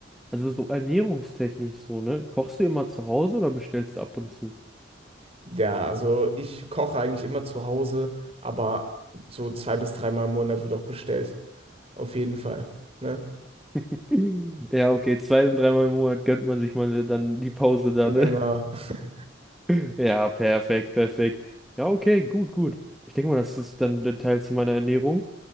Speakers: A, in the centre; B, on the right.
A: Also so ernährungstechnisch so, ne? Kochst du immer zu Hause oder bestellst du ab und zu?
B: Ja, also ich koche eigentlich immer zu Hause, aber so zwei bis dreimal im Monat wird auch bestellt. Auf jeden Fall. Ne?
A: <laughs> Ja, okay, zwei- und dreimal im Monat gönnt man sich mal dann die Pause da,
B: Genau.
A: ne?
B: <laughs>
A: <laughs> Ja, perfekt, perfekt. Ja, okay, gut, gut. Ich denke mal, das ist dann der Teil zu meiner Ernährung.